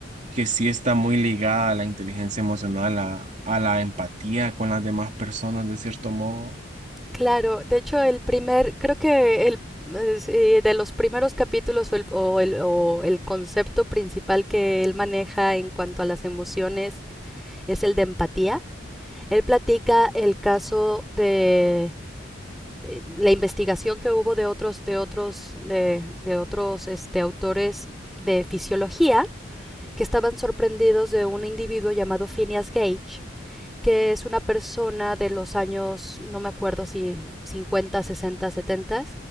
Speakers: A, on the right; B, in the centre.
A: que sí está muy ligada a la inteligencia emocional, a, a la empatía con las demás personas, de cierto modo?
B: Claro, de hecho el primer, creo que el es, eh, de los primeros capítulos o el, o el- o el concepto principal que él maneja en cuanto a las emociones es el de empatía, Él platica el caso de, eh, la investigación que hubo de otros, de otros, de, de otros este, autores de fisiología que estaban sorprendidos de un individuo llamado Phineas Gage, que es una persona de los años, no me acuerdo si 50, 60, 70,